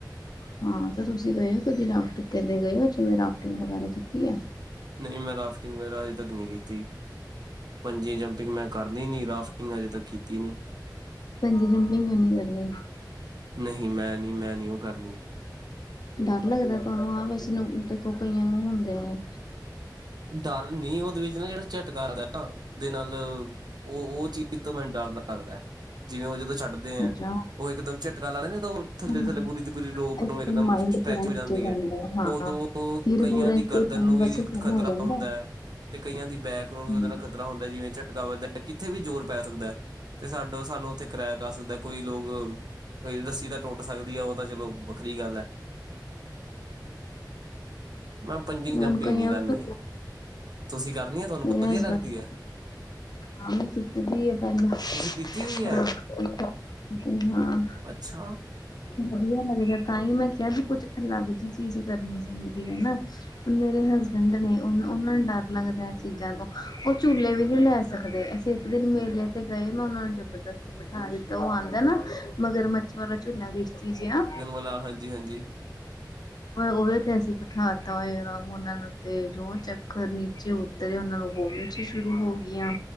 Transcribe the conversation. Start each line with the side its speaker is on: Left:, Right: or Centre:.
Left: ਹਾਂ, ਤੇ ਤੁਸੀਂ ਗਏ ਹੋ, ਕਦੀ ਰਾਫਟਿੰਗ ਕਰਦੇ ਗਏ ਹੋ, ਜਿਵੇਂ ਰਾਫਟਿੰਗ ਵਗੈਰਾ ਕੀਤੀ ਆ,
Right: ਨਹੀਂ ਮੈਂ ਰਾਫਟਿੰਗ ਵਗੈਰਾ ਹਜੇ ਤੱਕ ਨਹੀਂ ਕੀਤੀ, ਪੰਜੀ ਜੰਪਿੰਗ ਮੈਂ ਕਰਨੀ ਨ ਰਾਫਟ, ਨਈ ਅਜੇ ਤੱਕ ਕੀਤੀ ਨਈ,
Left: ਪੰਜੀ-ਜੰਪਿੰਗ ਕਿਉ ਨਹੀ ਕਰਨੀ।
Right: ਨਹੀਂ ਮੈਂ ਨੀ -ਮੈਂ ਨੀ ਉਹ ਕਰਨੀ,
Left: ਡਰ ਲੱਗਦਾ ਤੁਹਾਨੂੰ, ਹਾਂ ਵੈਸੇ ਲੋਕ ਦੇਖੋ ਕਈਆਂ ਨੂੰ ਹੁੰਦੇ ਏ,
Right: ਡਰ ਨਹੀਂ, ਉਹਦੇ ਵਿੱਚ ਨਾ ਜਿਹੜਾ ਝਟਕਾ ਆਂਦਾ, ਦੇ ਨਾਲ ਉਹ- ਉਹ ਚੀਜ਼ ਤੋ ਮੈਨੂੰ ਡਰ ਲੱਗਦਾ, ਜਿਵੇਂ ਉਹ ਜਦੋਂ ਛੱਡ,
Left: ਅੱਛਾ
Right: ਉਹ ਇਕਦਮ ਝਟਕਾ ਲੱਗਦਾ ਨਾ ਤਾਂ ਉਹ ਥੱਲੇ
Left: ਹੂੰ,
Right: -ਥੱਲੇ ਪੂਰੀ ਦੀ ਪੂਰੀ ਰੋਪ ਨੂੰ
Left: ਇੱਕ
Right: ਇਕਦਮ
Left: ਤਾਂ ਮਾਇੰਡ
Right: ਸਟ੍ਰੈਚ
Left: ਪੂਰਾ
Right: ਹੋ
Left: ਨੀਚੇ
Right: ਜਾਂਦੀ
Left: ਜਾਂਦਾ
Right: ਹੈ ਉਦੋ,
Left: ਹਾਂ।
Right: ਉਹ
Left: ਧੀਰ
Right: ਕਈਆਂ
Left: ਪੂਰਾ
Right: ਦੀ
Left: ਇੱਕ
Right: ਗਰਦਨ
Left: ਟਾਈਮ
Right: ਨੂੰ ਵੀ
Left: ਬਸ ਕੰਮ
Right: ਖ਼ਤਰਾ,
Left: ਹੋ ਜਾਂਦਾ।
Right: ਹੁੰਦਾ ਐ ਤੇ ਕਈਆਂ ਦੀ ਬੈਕ ਨੂੰ ਵੀ
Left: ਹੂੰ।
Right: ਉਹਦੇ ਨਾਲ ਖ਼ਤਰਾ ਹੁੰਦਾ ਹੈ, ਜਿਵੇਂ ਝਟਕਾ ਵੱਜਦਾ, ਕਿੱਥੇ ਵੀ ਜ਼ੋਰ ਪੈ ਸਕਦਾ, ਤੇ ਸਾਡੇ ਸਾਨੂੰ ਉੱਥੇ ਕਰੈਕ ਆ ਸਕਦਾ ਕੋਈ ਲੋਕ, ਕੋਈ ਰੱਸੀ ਤਾਂ ਟੁੱਟ ਸਕਦੀ ਆ, ਉਹ ਤਾਂ ਚਲੋ ਵੱਖਰੀ ਗੱਲ ਆ, ਮੈਂ ਪੰਜਿੰਗ
Left: ਹੂੰ---ਹੁਣ
Right: ਜੰਪਿੰਗ
Left: ਕਈਆਂ
Right: ਨਹੀਂ ਕਰਨੀ
Left: ਕੋ
Right: ਤੁਸੀਂ ਕਰਨੀ ਆ ਤੁਹਾਨੂੰ
Left: ਮੈਰੇ
Right: ਵਧੀਆ
Left: ਹਸਬੈਂਡ
Right: ਲੱਗਦੀ
Left: <unintelligible>
Right: ਹੈ
Left: <unintelligible> ਹਾਂ ਮੈਂ ਕੀਤੀ ਦੀ ਏ ਪਹਿਲਾਂ।
Right: ਤੁਸੀਂ ਕੀਤੀ ਹੋਈ ਹੈ
Left: ਹਾਂ
Right: ਅੱਛਾ
Left: ਵਧੀਆ ਲੱਗਿਆ ਤਾਂ ਹੀ ਮੈਂ ਕਿਹਾ ਵੀ ਕੁਛ ਅਲੱਗ ਜਿ ਚੀਜ਼ ਕਰਨੀ ਚਾਹੀਦੀ ਹੈ ਨਾ। ਹੁਣ ਮੇਰੇ ਹਸਬੈਂਡ ਨੇ ਉਹ ਉਹਨਾਂ ਨੂੰ ਡਰ ਲੱਗਦਾ ਏ ਚੀਜ਼ਾਂ ਤੋਂ, ਉਹ ਝੂਲੇ ਵੀ ਨਹੀਂ ਲੈ ਸਕਦੇ ਅਸੀਂ ਇੱਕ ਦਿਨ ਮੇਲੇ ਤੇ ਗਏ ਮੈਂ ਉਹਨਾ ਨੂੰ ਜਬਰਦਸਤੀ ਬਿਠਾ ਦਿੱਤਾ ਉਹ ਆਉਂਦਾ ਨਾ ਮਗਰ ਮਛ ਝੂਲਾ ਕਿਸ਼ਤੀ ਜੇਹਾ
Right: ਭਲਾ ਹਾਂਜੀ ਹਾਂਜੀ <inaudible> <inaudible>
Left: ਉਹਦੇ ਤੇ ਅਸੀਂ ਬਿਠਾਤਾ ਹੋਇ ਰਾਮ ਉਹਨਾਂ ਨੂੰ ਤੇ ਜੋ ਚੱਕਰ ਨੀਚੇ ਉਤਰੇ ਉਹਨਾਂ ਨੂੰ ਵੋਮਿਟ ਛ ਸ਼ੁਰੂ ਹੋ ਗਈਆਂ